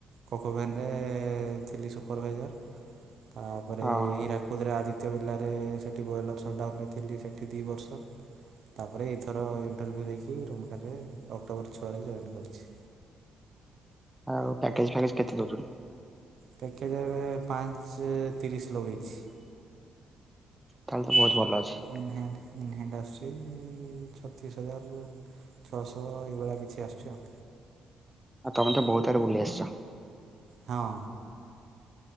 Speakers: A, on the right; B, in the centre.
A: କୋକୋଭେନ ରେ ଥିଲି ସୁପରଭାଇଜର୍। ତାପରେ
B: ଓହୋ
A: ହିରାକୁଦରେ ଆଦିତ୍ୟ ବିର୍ଲା ରେ ସେଠି ବ୍ରଏଲର ସଟ୍ଡାଉନରେ ଥିଲି ସେଠି ଦୁଇ ବର୍ଷ। ତାପରେ ଏଇଥର ଇଣ୍ଟରଭ୍ୟୁ ଦେଇଚି ରୁମଟା ରେ ଅକ୍ଟୋବର ଛଅରେ ଜଏନ୍ କରିଚି।
B: ଆଉ ପ୍ୟାକେଜ ଫ୍ୟାକେଜ କେତେ ଦଉଛନ୍ତି?
A: ପ୍ୟାକେଜ୍ ଏବେ ପାଞ୍ଚ ତିରିଶ ଲଗେଇଛି।
B: ତାହେଲେ ତ ବହୁତ ଭଲ ଅଛି।
A: ଇନ ହ୍ୟାଣ୍ଡ ଇନ ହ୍ୟାଣ୍ଡ ଆସୁଚି ଛତିଶ ହଜାର। ଛଅଶହ ଏଇଭଳିଆ କିଛି ଆସୁଛି ଆଉ।
B: ଆଉ ତମେ ତ ବହୁତ ଆଡେ ବୁଲି ଆସିଚ।
A: ହଁ।